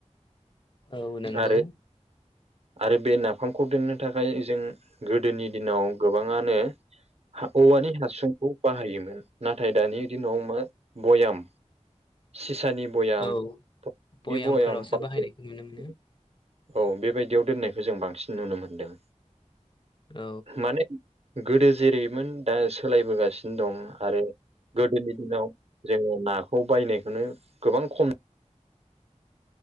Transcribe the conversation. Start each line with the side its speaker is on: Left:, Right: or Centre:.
Left: औ नंगौ।
Right: आरो आरो बे नाफामखौ दोननो थाखाय जों गोदोनि दिनाव गोबाङानो औवानि हासुंखौ बाहायोमोन नाथाय दानि दिनाव मा भयाम सिसानि भयामनि
Left: औ भयामफोरावसो
Right: बयाम। औ
Left: बाहायनायखौ नुनो मोनो
Right: बेबायदियाव दोननायखौ जों बांसिन नुनो मोनदों।
Left: औ।
Right: माने गोदो जेरैमोन दा सोलायबोगासिनो दं आरो गोदोनि दिनाव जोङो ना खौ बायनायखौनो गोबां खम